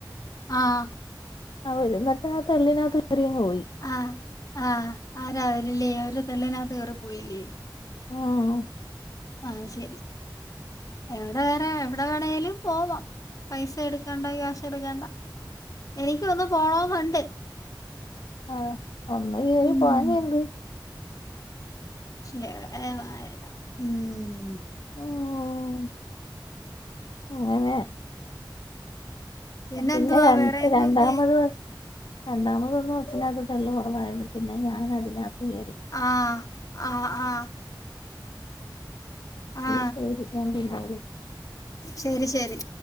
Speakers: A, on the left; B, on the left.
A: ആഹ്
B: ആഹ് ഒരുനാത്ത് തെള്ളിനകത്ത് കറിയങ് പോയി
A: ആഹ് ആഹ് ആരാവരില്ലേ അവര് തെള്ളിനകത്ത് കേറി പോയില്ലേ
B: ഉം
A: ആഹ് ശരി എവിടെ വേറെ എവിടെ വേണേലും പോവാം പൈസ എടുക്കണ്ട ക്യാഷ് എടുക്കണ്ട എനിക്ക് ഒന്ന് പോണന്നുണ്ട്
B: ആഹ് ഒന്ന് കറി
A: ഉം
B: പോവഞ്ഞേ എന്ത്
A: <unintelligible> ഉം
B: ഉം അങ്ങനെ
A: പിന്നെന്തുവാ
B: പിന്നെ രണ്ട്
A: വേറെയൊന്നുമില്ലേ
B: രണ്ടാമത് വ രണ്ടാമത് വന്ന ബസ്സിനകത്ത് തെള്ളു കുറവായിരുന്നു പിന്നെ ഞാൻ അതിനകത്ത് കയറി
A: ആഹ് ആഹ് ആഹ് ആ
B: ശരി ഞാ പിന്നെ വിളിക്ക
A: ശരി ശരി